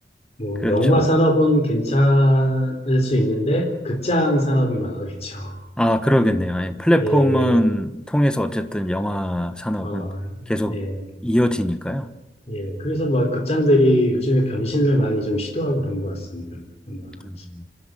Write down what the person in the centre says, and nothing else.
그렇죠.
아, 그러겠네요. 예, 플랫폼은
통해서 어쨌든 영화 산업은
계속
이어지니까요.
음,